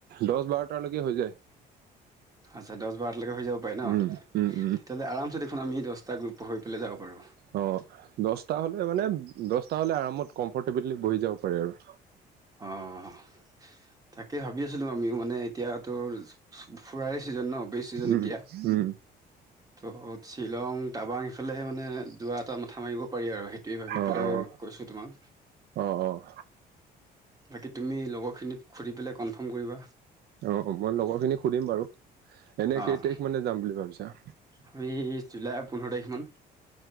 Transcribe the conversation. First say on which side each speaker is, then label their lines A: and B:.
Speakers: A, on the right; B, on the right.
A: দহ বাৰটালৈকে হৈ যায়।
B: আচ্ছা দহ বাৰটালৈকে হৈ যাব পাৰে ন'
A: উম, উম,
B: তেতিয়াহ'লে
A: উম,
B: আৰাম দহটা গ্ৰুপ পঢ়ি পেলাই যাব পাৰোঁ।
A: অ' দহটা হ'লে মানে দহটা হ'লে আৰামত কমফৰ্টেবলি বহি যাব পাৰে আৰু।
B: অঁ তাকে ভাবি আছিলোঁ আমিও। মানে এতিয়াতো ফু-ফু-ফুৰায়ে ছিজন ন' বেছ চিজন
A: উম,
B: এতিয়া।
A: উম,
B: <unintelligible> শ্বিলং টাবাং সেইফালে মানে যোৱা এটা মাথা মাৰিব পাৰি আৰু সেইটোৱে ভাবি
A: অ',
B: পেলাই
A: অ',
B: কৈছোঁ তোমাক
A: অ'।
B: বাকী তুমি লগৰখিনিক সুধি পেলাই কনফাৰ্ম কৰিবা।
A: অ', মই লগৰ খিনি সুধিম বাৰু, এনেই
B: অঁ
A: কেই তাৰিখ মানে যাম বুলি ভাবিছা।
B: আমি জুলাইৰ পোন্ধৰ তাৰিখমান।